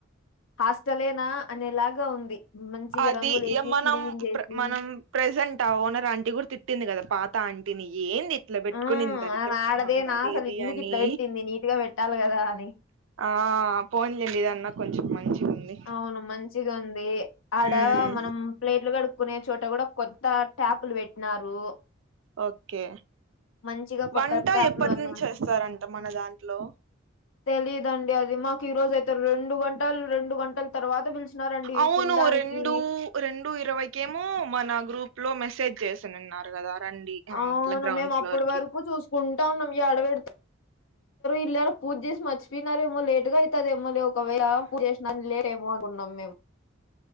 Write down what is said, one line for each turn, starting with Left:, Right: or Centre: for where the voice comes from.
Left: హాస్టలేనా అనేలాగా ఉంది మంచిగా
Right: అది
Left: రంగులేసి
Right: ఇగ మనం
Left: క్లీన్ చేసి
Right: ప్ర మనం ప్రెజెంట్ ఆ ఓనర్ ఆంటీ కూడా తిట్టింది కదా పాత ఆంటీని ఏంది ఇట్లా పెట్టుకుని
Left: ఆ
Right: దరిద్రం
Left: ఆమె ఆడదేనా
Right: మొహంది అది
Left: అసలు
Right: ఇది
Left: ఎందుకు
Right: అని
Left: ఇట్లా పెట్టింది నీట్ గా పెట్టాలి కదా అని
Right: ఆ పోన్లేండి ఇదన్న కొంచెం మంచి ఉంది
Left: అవును మంచిగా ఉంది ఆడ
Right: ఉమ్
Left: మనం ప్లేట్లు కడుక్కునే చోట కూడా కొత్త ట్యాపులు పెట్టినారు
Right: ఓకే
Left: మంచిగా కొత్త
Right: వంట
Left: ట్యాపులు
Right: ఎప్పటి
Left: అన్నమాట
Right: నుంచి చేస్తారంట మన దాంట్లో
Left: తెలిదండి అది మాకు ఈ రోజ అయితే రెండు గంటలు రెండు గంటల తర్వాత పిలిచి న్నారండి
Right: అవును
Left: తినడానికి
Right: రెండు రెండు ఇరవైకేమో మన గ్రూప్ లో మెసేజ్ చేసినున్నారు కదా రండి ఆ
Left: అవును
Right: ఇట్లా గ్రౌండ్
Left: మేము
Right: ఫ్లోర్
Left: అప్పటి వరకు
Right: కి
Left: చూసు కుంటా ఉన్నం అడవిడత ఇల్రు పూజెసి మరీచిపోనారేమో లే అట్గా అయితే అదేమో లే ఒకవేళ పూజ చేసినా లేమో అనుకుంటన్నాం మేము